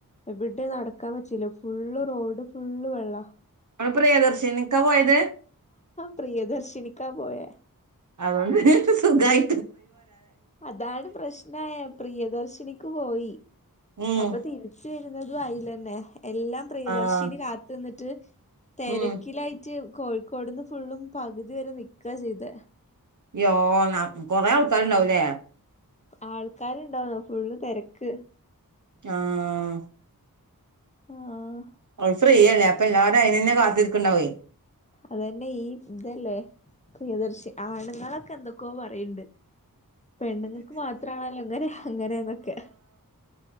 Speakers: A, on the left; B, on the right.
A: എവടെം നട്ക്കാൻ പറ്റൂല്ല ഫുള്ള് റോഡും ഫുള്ള് വെള്ളാ
B: ങ്ങള് പ്രിയദർശിനിക്കാ പോയത്?
A: പ്രിയദർശിനിക്കാ പോയേ
B: അതോണ്ട് <unintelligible> സുഖായി
A: അതാണ് പ്രശ്നായേ പ്രിയദർശിനി ക്ക് പോയി
B: ഉം
A: അപ്പം തിരിച്ച് വര്നതും അയില്ലന്നെ എല്ലാം പ്രിയദർശിനി
B: ആഹ്
A: കാത്ത്ന്ന്ട്ട് തെരക്കിലായിട്ട്
B: ഉം
A: കോഴിക്കോട്ന്ന് ഫുള്ളും പകുതി വരെ നിക്കാ ചെയ്തേ
B: യ്യോന്നാ ഉം കൊറേ ആൾക്കാര്ണ്ടാവുലേ
A: ആൾക്കാരുണ്ടോന്ന് നോക്കുവുള്ളു തെരക്ക്
B: ആഹ്
A: ആഹ്
B: ഓള് ഫ്രീല്ലേ അപ്പൊ എല്ലാവരും അയിന് തന്നെ കാത്തിരിക്കണ്ടാവും
A: അതന്നെ ഈ ഇതല്ലേ പ്രിയദർശി ആണുങ്ങളൊക്കെ എന്തൊ - ക്കോ പറയണ്ട് പെണ്ണുങ്ങൾക്ക് മാത്രണല്ലോ ഇങ്ങനെഅങ്ങനെ എന്നൊക്കെ